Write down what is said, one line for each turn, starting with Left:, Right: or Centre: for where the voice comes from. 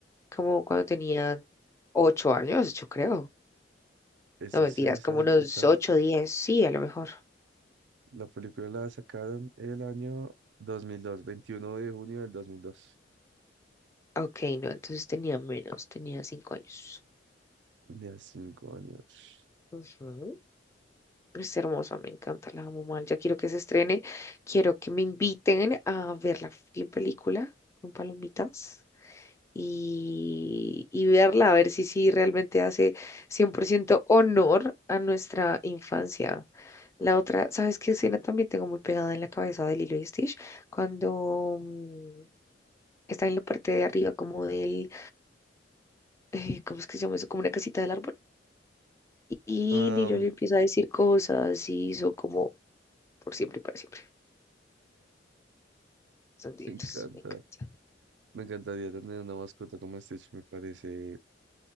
Left: como cuando tenía 8 años, yo creo.
Right: Esa
Left: No mentiras,
Right: se sal...
Left: como unos
Right: Esa...
Left: 8 10 sí, a lo mejor.
Right: La película la sacaron el año 2002, 21 de junio del 2002.
Left: Ok, no, entonces tenía menos, tenía 5 años.
Right: De a cinco años.
Left: Ujú. Es hermosa, me encanta, la amo mal. Ya quiero que se estrene, quiero que me inviten a ver la fucking película con palomitas y, y verla, a ver si sí realmente hace 100% honor a nuestra infancia. La otra, ¿sabes qué escena también tengo muy pegada en la cabeza de Lilo y Stitch? Cuando mm, está en la parte de arriba como del, eh, ¿cómo es que se llama eso? Como una casita del árbol. Y
Right: Am,
Left: Lilo le empieza a decir cosas y son como por siempre y para siempre. Son
Right: <laughs>
Left: divinos,
Right: me encanta.
Left: me encanta.
Right: Me encantaría tener una mascota como Stitch. Me parece,